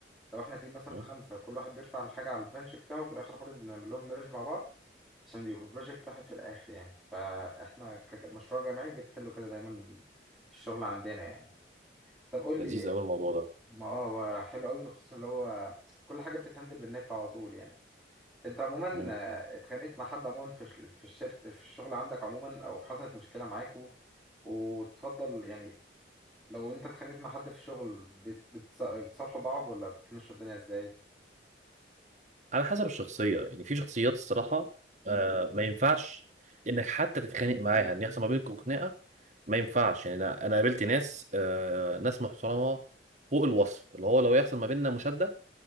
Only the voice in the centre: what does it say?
لو احنا تيم مثلا
خمسه كل واحد بيرفع الحاجه على البرانش بتاعه في الاخر خالص بنعمل لهم ميرج مع بعض عشان يبقى بروجكت واحد في الآخر يعني فإحنا كمشروع جماعي بنحله كده دايما في الشغل عندنا يعني طب قول
لي
ما اه هو حلو قوي خصوصا اللي هو كل حاجة بتتهندل بالنت على طول يعني أنت عموما
آه، اتخانقت مع حد عموما في الش- في الشركة في الشغل عندك عموما أو حصلت مشكلة معاكوا وتفضل يعني لو أنت اتخانقت مع حد في الشغل بت- بتص- بتصالحوا بعض ولا بتمشوا الدنيا إزاي؟